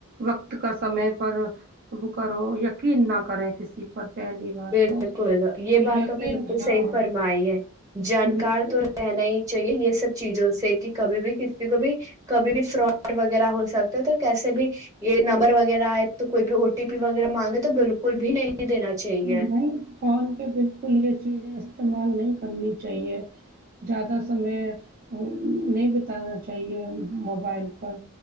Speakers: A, on the right; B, on the right.
A: وقت کا سمے پر ب کرو یقین نہ کریں کسی پر پہلی بات
B: ب
A: تو
B: بالکل یہ بات
A: یقین
B: نے بالکل
A: ہاں
B: صحی فرمائی ہے جانکار
A: بالکل
B: تو رہنا ہی چاہیے یہ سب چیزوں سے کہ کبھی بھی کسی کو بھی کبھی بھی فراڈ وغیرہ ہو سکتا ہے تو کیسے بھی یہ نمبر وغیرہ آ تو کوئی بھی او ٹی پی وغیرہ مانگے تو بالکل بھی نہیں دینا چاہیے
A: نہیں فون پہ بالکل ہی چیز ہے استعمال نہیں کرنی چاہیے زیادہ سمے نہیں بتانا چاہیے موبائل پر